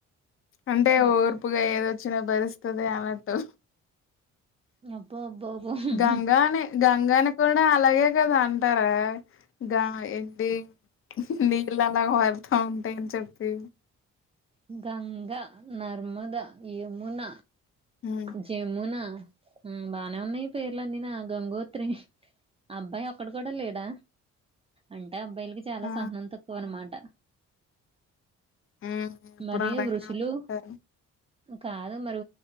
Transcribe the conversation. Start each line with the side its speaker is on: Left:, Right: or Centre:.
Left: అంటే
Right: హ్మ్.
Left: ఓర్పుగా ఏదో చన భరిస్తుస్తద అనట్టు
Right: అబ్బో అబ్బో అబ్బో
Left: గంగానే గంగానే కూడా అలాగే కదా అంటారా గా ఏంటి నీళ్ళ అలా వరుతా ఉంటాయని చెప్పితే
Right: గంగ, నర్మద, యమున,
Left: హ్మ్
Right: జమున మ్ బానే ఉన్నాయి పేర్లన్నీ నా గంగోత్రి అబ్బాయి ఒక్కడ కూడా లేడా అంటే అబ్బాయిలకి చాలా
Left: ఆ
Right: సహనం తక్కువ అనమాట.
Left: హ్మ్ ఇప్పుడు
Right: మరే
Left: అలాగే
Right: వృషులు
Left: అంటారు
Right: కాదు మరి